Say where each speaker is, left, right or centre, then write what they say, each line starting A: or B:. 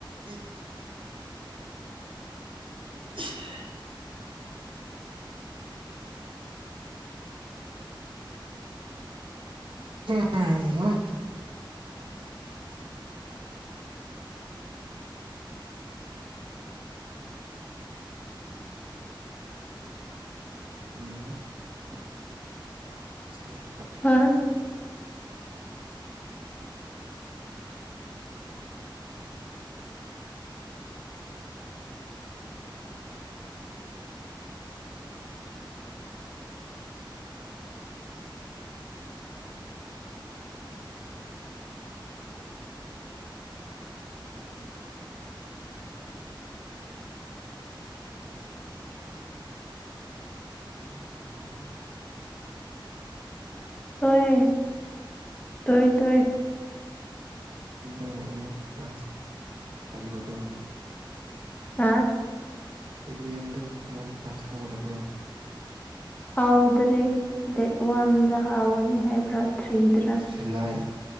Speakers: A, on the right; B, on the left.
A: <unintelligible> <unintelligible> ꯑꯥꯍꯥ <unintelligible> ꯎ <inaudible> <unintelligible>
B: ꯍꯥ
A: ꯑꯣꯏꯣꯏꯅ <inaudible> ꯑ <inaudible> ꯍꯜꯂꯣ
B: ꯇꯣꯏ
A: ꯍꯜꯂꯣ
B: ꯇꯣꯏꯏ ꯇꯣꯏꯏ
A: ꯑꯗꯨꯣ ꯑꯃꯨꯛ ꯂꯥꯁ ꯍꯧꯔꯕ
B: ꯑ
A: ꯋꯤꯂꯤꯌꯝꯗꯨ ꯑꯃꯨꯛ ꯀ꯭ꯂꯥꯁ ꯍꯧꯔꯕ꯭ꯔꯥ
B: ꯍꯥꯎꯗ꯭ꯔꯤ ꯗꯦ ꯋꯥꯗ ꯍꯥꯎꯅꯤ ꯍꯥꯏꯕ꯭ꯔꯠ ꯊꯔꯤꯗ꯭ꯔ
A: ꯖꯨꯂꯥꯏ